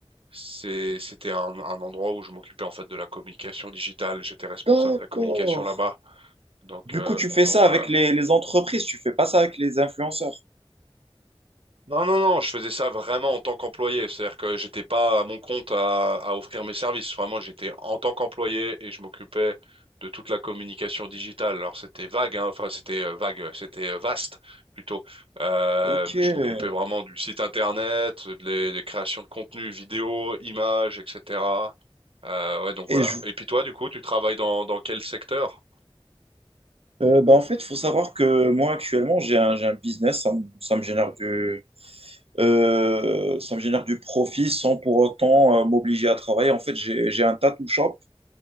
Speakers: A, on the right; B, on the right.
A: c'est c'était un un endroit où je m'occupais, en fait, de la communication digitale. J'étais responsable
B: D'accord.
A: de la communication là-bas, donc
B: Du
A: heu,
B: coup, tu fais
A: donc
B: ça
A: voilà.
B: avec les, les entreprises, tu fais pas ça avec les influenceurs.
A: Non, non, non, je faisais ça vraiment en tant qu'employé. C'est-à-dire que j'étais pas à mon compte à, à offrir mes services. Vraiment, j'étais en tant qu'employé et je m'occupais de toute la communication digitale. Alors, c'était vague, hein. Enfin, c'était euh, vague, c'était euh, vaste plutôt. Euh,
B: Ok.
A: mais
B: Et
A: je m'occupais vraiment du site internet, de les- des créations de contenu, vidéos, images, etc. Euh, ouais, donc
B: je,
A: voilà. Et puis toi, du coup, tu travailles dans, dans quel secteur?
B: euh, bah, en fait, il faut savoir que moi, actuellement, j'ai un, j'ai un business, ça, me ça me génère du, Euh, ça me génère du profit sans pour autant euh, m'obliger à travailler. En fait, j'ai, j'ai un tattoo shop.